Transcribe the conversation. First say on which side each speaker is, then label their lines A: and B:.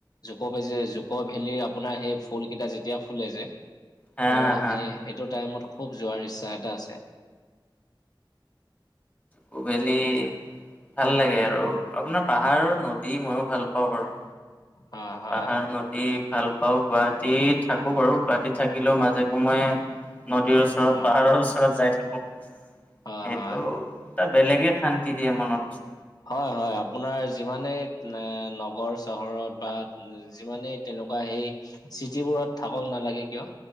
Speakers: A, on the left (about 50°); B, on the left (about 20°).
A: জুকো বেলি জু- জকো ভেলিৰ আপোনাৰ সেই ফুল কেইটা যেতিয়া ফুলে যে
B: হা
A: অঁ
B: হা হা।
A: সেই। সেইটো টাইমত খুব যোৱাৰ ইচ্ছা এটা আছে।
B: জকুভেলি
A: হয়
B: ভাল লাগে আৰু আপোনাৰ পাহাৰ নদী মইও ভাল পাওঁ বাৰু।
A: হয় হয়
B: পাহাৰ নদী ভাল পাও গুৱাহাটী থাকো বাৰু গুৱাহাটীত থাকিলেও মাজে সময়ে। নদীৰ ওচৰত
A: হয়
B: পাহাৰৰ ওচৰত যাই থাকো। সেইটো-
A: হয়। হয়।
B: এটা বেলেগে শান্তি দিয়ে মনত।
A: হয় হয় আপোনাৰ যিমানে এ নগৰ চহৰত বা- যিমানেই তেনেকোৱা সেই চিটিবোৰত থাকক নালাগে কিয়?